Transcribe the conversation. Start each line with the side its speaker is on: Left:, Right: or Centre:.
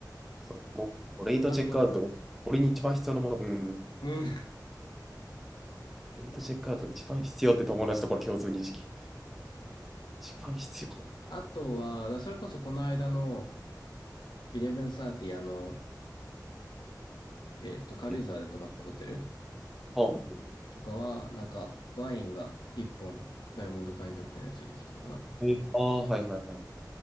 Centre: そう。もう、レイトチェックアウトでも、
Left: あと、
Centre: 俺に一番必要なもの。うん。
Left: うん
Centre: レイトチェックアウトに一番必要って友達とこれ共通認識。一番必要。
Left: あとは、だそれこそこの間の、1130、あの、えっと、軽井沢で泊まったホテル
Centre: え、あ、
Left: とかは、なんか、ワインが1本、ダイヤモンド会員特典でついてきてたかな。
Centre: えあー、はいはいはい。